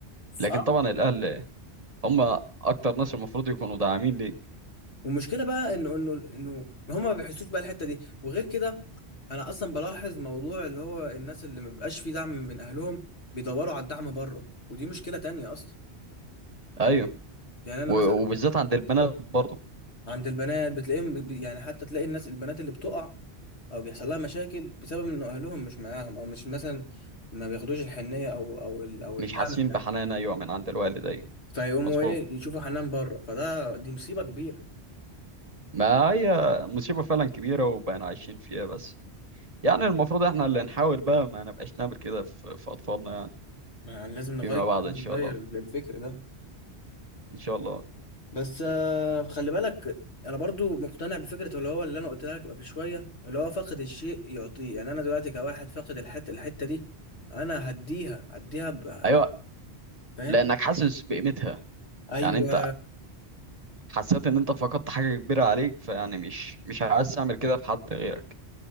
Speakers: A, on the right; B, on the left.
A: لكن
B: اه
A: طبعا الأهل هما أكتر ناس المفروض يكونوا داعمين ليك
B: والمشكله بقى انه انه انه هما ما بيحسوش بقى الحته دي وغير كده انا اصلا بلاحظ موضوع اللي هو الناس اللي ما بيبقاش فيه دعم من اهلهم بيدوروا على الدعم بره ودي مشكله تانية اصلا
A: أيوه
B: يعني انا
A: و-
B: مثلا
A: وبالذات عند البنات برضه
B: عند البنات بتلاقيهم ب- يعني حتى تلاقي الناس البنات اللي بتقع او بيحصل لها مشاكل بسبب ان اهلهم مش معاهم او مش مثلا ما بياخدوش الحنيه او او ال- او الدعم
A: مش حاسين
B: من اهلها
A: بحنان أيوه من عند الوالد أيوه
B: فيقوموا
A: مظبوط
B: ايه يشوفوا حنان بره فده دي مصيبه كبيره
A: ما هي مصيبة فعلا كبيرة وبقينا عايشين فيها بس يعني المفروض احنا اللي نحاول بقى ما نبقاش نعمل كده في, في أطفالنا يعني
B: ما لازم نغير
A: فيما بعد
B: لازم
A: إن شاء
B: نغير
A: الله
B: الفكر ده
A: إن شاء الله
B: بس آه، خلي بالك انا برضو مقتنع بفكره اللي هو اللي انا قلت لك قبل شويه اللي هو فاقد الشيء يعطيه يعني انا دلوقتي كواحد فاقد الحته الحته دي انا هديها هديها ب-
A: أيوة
B: فاهم
A: لأنك حاسس بقيمتها
B: ايوه
A: يعني أنت حسيت إن أنت فقدت حاجة كبيرة عليك فيعني مش مش عايز تعمل كده في حد غيرك